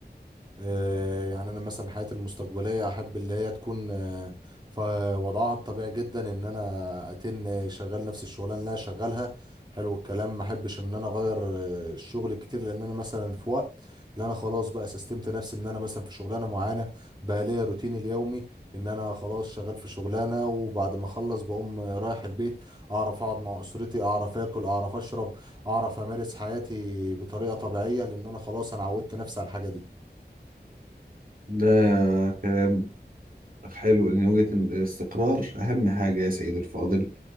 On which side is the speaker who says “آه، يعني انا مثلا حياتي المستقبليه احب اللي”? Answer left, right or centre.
Right